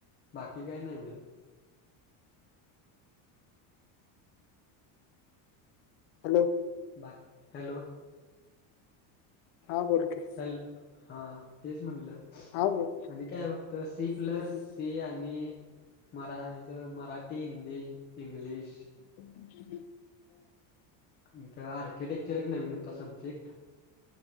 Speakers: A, on the left (about 20°); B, on the left (about 70°).
A: बाकी काय नाय एवढं.
B: हॅलो!
A: बाकी हॅलो!
B: हा बोल की!
A: हॅल हा तेच म्हणलं.
B: हा बोल
A: आणि काय फक्त सी प्लस,
B: हा
A: सी आणि मरा हेज मराठी, हिंदी, इंग्लिश
B: <inaudible>
A: नंतर आर्किटेक्चर एक नवीन होता सब्जेक्ट.